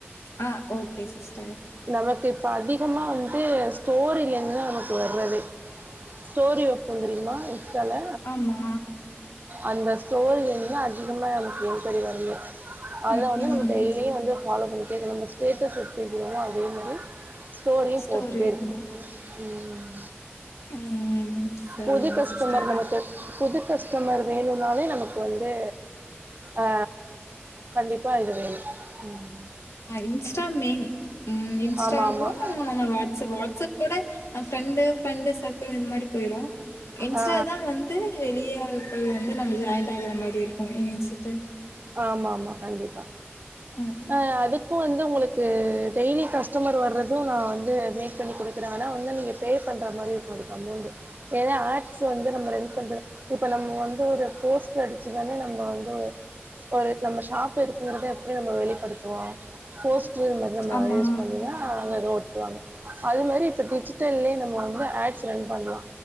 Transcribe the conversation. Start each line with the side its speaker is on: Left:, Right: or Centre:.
Left: ஆ ஓகே சிஸ்டர்
Right: நமக்கு இப்ப அதிகமா வந்து ஸ்டோரிலேந்து தா நமக்கு வர்றதே ஸ்டோரி வப்போ தெரியும்மா இன்ஸ்டால்ல
Left: ஆமா.
Right: அந்த ஸ்டோரிலா இருந்து அதிகமா நமக்கு என்கௌரி வருமே அத
Left: ம்,
Right: வந்து
Left: ம்.
Right: நம்ளு லியே வந்து ஃப்பாலோ பண்ணிட்டே இருந்த நம்ப ஸ்டேட்டஸ் எப்டி வெக்கிரோமோ அதே மாரி ஸ்டோரியு
Left: ஸ்டோரி
Right: போட்டே
Left: வைக்கணும்.
Right: இருக்கணு உம்
Left: ம். சரிங்க
Right: புது கஸ்டமர்
Left: சிஸ்டர்.
Right: நமக்கு புது கஸ்டமர் வேணுன்னாலே நமக்கு வந்து ஆ கண்டிப்பா இது வேணு உம்
Left: இன்ஸ்டா மெயின் உம் இன்ஸ்டாவு
Right: ஆமாம் ஆமாம்
Left: நம்ம வாட்ஸ்அப் வாட்ஸ்அபே கூட ஃப்ரெண்டு ஃப்ரெண்டு சர்க்கில் இந் மாரி போயிரு இன்ஸ்ட்டாதா
Right: ஆ
Left: வந்து வெளியாள்கள் வந்து நம்ம ஜாயின்ட் ஆகுற மாரி இருக்கு எங்ச்சுட்டு
Right: ஆமா ஆமா கண்டிப்பா
Left: ம்
Right: அ அதுக்கு வந்து உங்களுக்கு டெய்லி கஸ்டமர் வர்றது நா வந்து மேக் பண்ணி குடுக்குறே ஆனா வந்து நீங்க பே பண்ணுற மாரி இருக்கும் அதுக்கு அமௌண்டு் ஏனா ஆட்ஸ் வந்து நம்ம ரெடி பண்ற இப்ப நம்ம வந்து ஒரு போஸ்டர் அடிச்சுதானே நம்ப வந்து ஒரு நம்ம ஷாப் இருக்குங்கறதே எப்டி நம்ம வெளிப்படுத்துவோ போஸ்ட்டரு இது மாறி நம்ம
Left: ஆமா.
Right: யூஸ் பண்ணி தான் அந்த இத ஒட்டுவாங்க அது மாரி இப்ப டிஜிட்டல்லயே நம்ம வந்து ஆட்ஸ் ரன் பண்லா